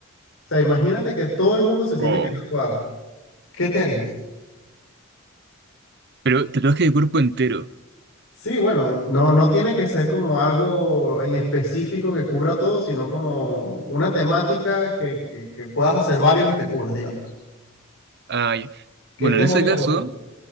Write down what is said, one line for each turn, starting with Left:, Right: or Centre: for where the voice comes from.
Left: O sea, imagínate que todo el mundo se tiene
Right: Oh.
Left: que tatuar. ¿Qué te harías?
Right: Pero tatuaje de cuerpo entero.
Left: Sí, bueno, no, no tiene que ser como algo en específico que cubra todo, sino como una temática que, que, que puedas hacer varios y te cubras, digamos.
Right: Ay.
Left: ¿Qué
Right: Bueno,
Left: temática
Right: en ese caso,
Left: te gustaría?